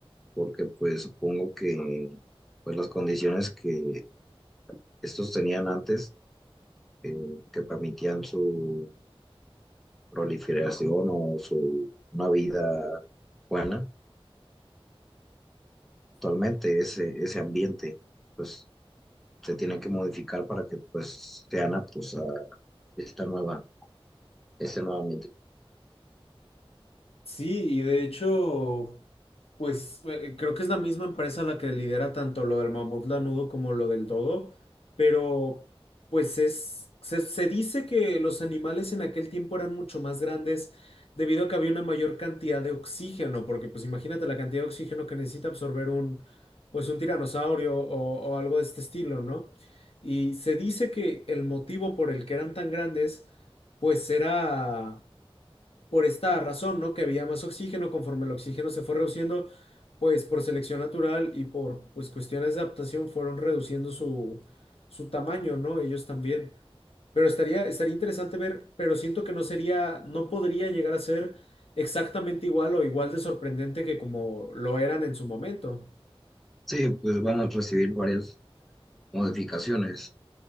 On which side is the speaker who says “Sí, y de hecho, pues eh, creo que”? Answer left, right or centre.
Left